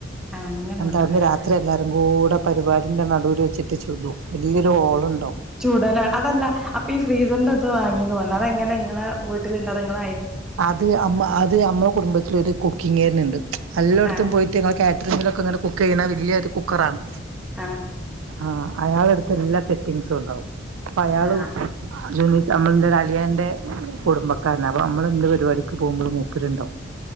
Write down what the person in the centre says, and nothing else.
ആഹ് അങ്ങനെ
കൊണ്ടോവല
ചൂടല അതല്ല അപ്പൊ ഈ ഫ്രീസറിന്റെ അത് വാങ്ങീന്ന് പറഞ്ഞു അതെങ്ങനെ നിങ്ങളെ വീട്ടിലുണ്ട അ നിങ്ങ
ആഹ്
ആഹ്
ആഹ്